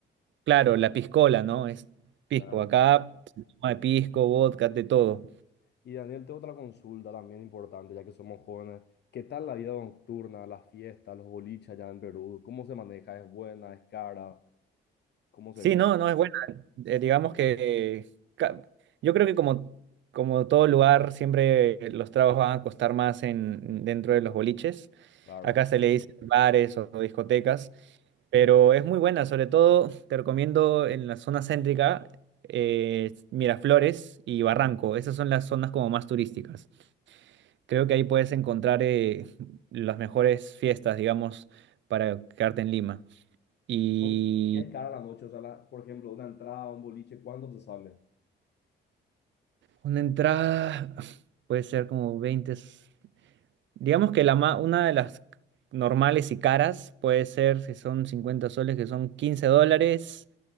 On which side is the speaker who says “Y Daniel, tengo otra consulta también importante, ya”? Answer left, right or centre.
Left